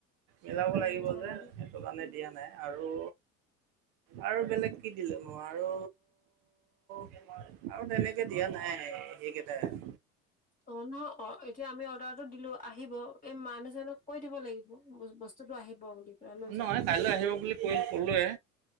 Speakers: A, on the right (about 50°); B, on the left (about 20°).
A: মিলাব
B: উম
A: লাগিব
B: নালাগে
A: যে সেইটো কাৰণে দিয়া নাই আৰু আৰু বেলেগ কি দিলে ন' আৰু -আৰু তেনেকে দিয়া নাই সেইকেইটাই।
B: অ নহয় অ এতিয়া আমি অৰ্ডাৰ টো দিলোঁ আহিব এই মানুহ জনক কৈ দিব লাগিব বছ বস্তু টো আহিব বুলি লৈ যাবলৈ।
A: নহয় কাইলৈ আহিব বুলি কৈ ক'লোৱে